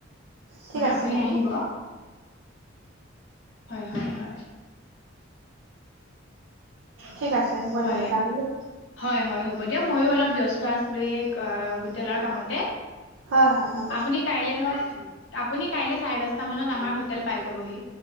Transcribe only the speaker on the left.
হয়
আপুনি
আহিব হয় হয় হয়
হয়
হয় হয় হ'ব দিয়ক ময়ো অলপ ব্যস্ত আছিলো এই হোটেলৰ কামতে
আপুনি কাইলে ধৰক আপুনি কাইলে চাৰে দশটা মানত আমাৰ হোটেল পাই যাবহি